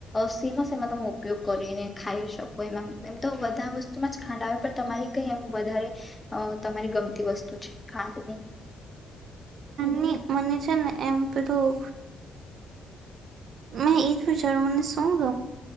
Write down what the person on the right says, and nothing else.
ની મને છે ને એમ પેલું મેં એઈ જ વિચાર્યું મને શું ગ